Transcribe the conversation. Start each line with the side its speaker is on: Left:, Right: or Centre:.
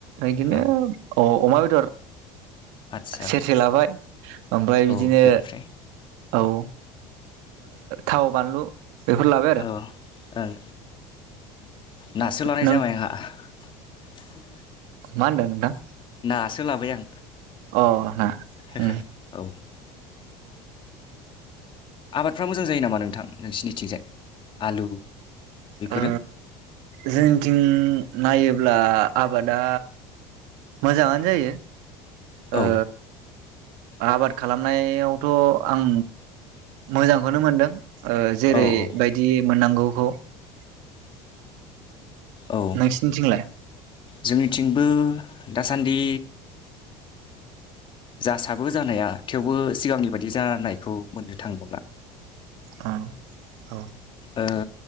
Right: इदिनो
Left: औ
Right: अ-अमा बे दर
Left: आदसा
Right: सेरसे लाबाय ओमफ्राय
Left: औ
Right: बिदिनो
Left: बेनिफ्राय
Right: औ ओ थाव बानलु बेफोर लाबाय आरो
Left: औ ओं नासो लानाय
Right: नों
Left: जाबाय आंहा <unintelligible> <inaudible>
Right: मा होनदों नोंथां?
Left: नासो लाबाय आं
Right: अ ना
Left: <unintelligible>
Right: उम
Left: औ ओ आबादफ्रा मोजां जायो नामा नोंथां नोंसिनिथिंजाय आलु बेफोरो
Right: ओ जोंथिं नायोब्ला आबादा मोजाङानो जायो ओ
Left: औ
Right: आबाद खालामनायाव थ' आं मोजांखौनो मोनदों ओ जेरै
Left: औ औ
Right: बायदि मोननांगौ <unintelligible>
Left: औ
Right: नोंसिनिथिंलाय
Left: जोंनिथिंबो दासान्दि जासाबो जानाया थेवबो सिगांनि बादि जानायखौ मोननो थांबावला
Right: औ औ
Left: ओ